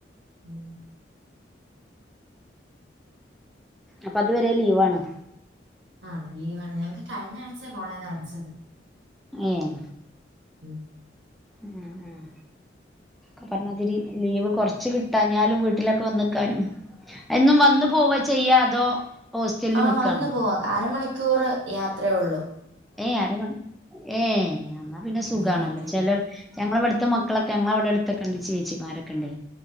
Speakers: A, on the right; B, in the centre.
A: ഉം
B: അപ്പത് വരെ ലീവാണ്
A: ആഹ് ലീവാണ് ഞങ്ങക്ക് കഴിഞ്ഞാഴ്ച കോളേജിൽ ആട്സ് ഉണ്ട്
B: ഏഹ്
A: ഉം
B: ഉം ഉം അപ്പർഞ്ഞാതിരി ലീവ് കൊർച്ച് കി ട്ടാഞ്ഞാലും വീട്ടിലൊക്കെ വന്ന്ക്കാനും എന്നും വന്ന് പോവാ ചെയ്യാ അതോ ഹോസ്റ്റലിൽ
A: ആ
B: നിക്കാണോ
A: വന്ന് പോവാ അരമണിക്കൂറ് യാത്രയൊള്ളു
B: ഏ അരമ ഏഹ് അന്നാ പിന്നെ സുഖാണല്ലോ
A: ഉം അത്രേ ഉള്ളൂ
B: ചെലോ ഞങ്ങളവട്ത്തെ മക്കളൊക്കെ ഞങ്ങളവ്ടെടുത്തൊക്കെണ്ട് ചേച്ചിമാരൊക്കെണ്ടയ്